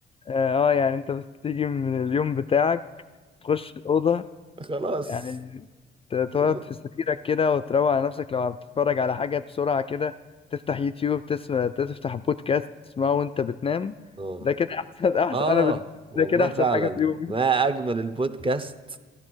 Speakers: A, on the left; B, on the right.
A: اه آه، يعني انت بس تيجي من اليوم بتاعك تخش الاوضه
B: <laughs> خلاص
A: يعني ت- تقعد
B: النوم
A: في سريرك كده وتروق على نفسك لو بتتفرج على حاجه بسرعه كده تفتح يوتيوب تسمع تفتح بودكاست تسمعه وانت بتنام
B: اه
A: ده كده احسن احسن
B: اه
A: انا بن-
B: والله
A: ده كده احسن
B: فعلا
A: حاجه في يومي
B: ما اجمل البودكاست